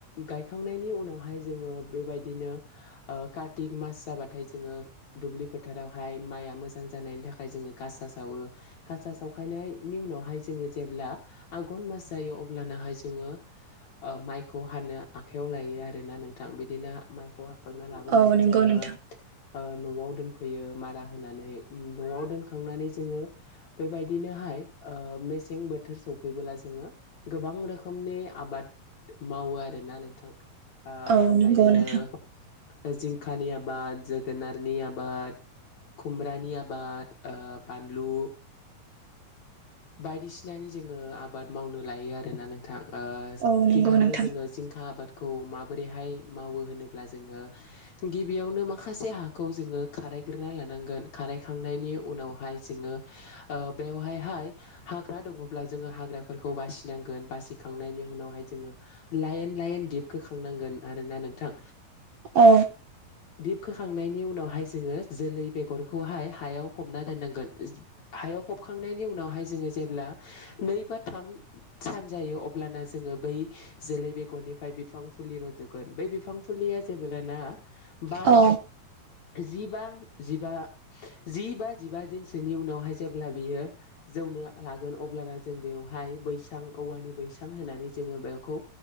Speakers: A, on the left (about 60°); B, on the right (about 65°).
A: गायखांनायनि उनावहाय जोङो बेबायदिनो ओ कार्तिक मास जाबाथाय जोङो दुब्लि फोथारावहाय माइआ मोजां जानायनि थाखाय जोङो गासा सावो गासा सावखायनायनि उनावहाय जोङो जेब्ला आघन मास जायो अब्लानाहाय जोङो ओ माइखौ हानो आखाइयाव लायो आरोना नोंथां बिदिनो माइ खौ हाखांना लाबोनानै
B: औ नंगौ
A: जोङो
B: नोंथां
A: ओ नआव दोनफैयो मारा होनानै उ नआव दोनखांनानै जोङो बेबायदिनोहाय ओ मेस सें बोथोर सौफैला जोङो गोबां रोखोमनि आबाद मावो आरोना नोंथां। आं
B: औ
A: बेबायदिनो
B: नंगौ नोंथां
A: ओ जिंखानि आबाद जोगोनारनि आबाद खुमब्रानि आबाद ओ बानलु बायदिसिनानि जोङो आबाद मावनो लायो आरोना नोंथां। ओ
B: औ नंगौ
A: गिबियावनो
B: नोंथां
A: जोङो जिंखा आबाद खौ माबोरैहाय मावो होनोब्ला जोङो गिबियावनो माखासे हाखौ जोङो खारायग्रोना लानांगोन खारायखांनायनि उनावहाय जोङो ओ बेवहाय हाय हाग्रा दङब्ला जोङो हाग्राफोरखौ बासिनांगोन बासिखांनायनि उनावहाय जोङो लाइन लायन दिपखोखांनांगोन आरोना नोंथां
B: औ
A: दिपखोखांनायनि उनावहाय जोङो जोलै बेगरखौहाय हायाव फबना दोननांगोन हायाव फबखांनायनि उनावहाय जोङो जेब्ला नै बा थाम सान जायो अब्लाना जोङो बै जोलै बेगरनिफ्राय बिफां फुलि रजगोन बै बिफां फुलिया जेब्लाना बा
B: औ
A: जिबा जिबा जि बा जिबा दिनसोनि उनावहाय जेब्ला बियो जौनो लागोन अब्लाना जों बेवहाय बैसां औवानि बैसां होनानै जोङो बेखौ